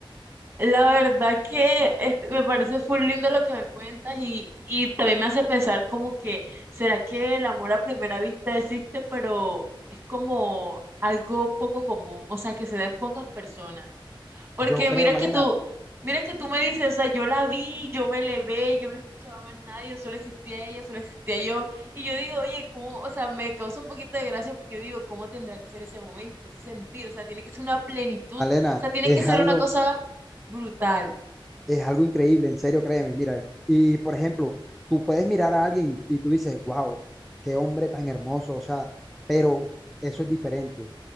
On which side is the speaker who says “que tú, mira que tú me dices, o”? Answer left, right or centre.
Right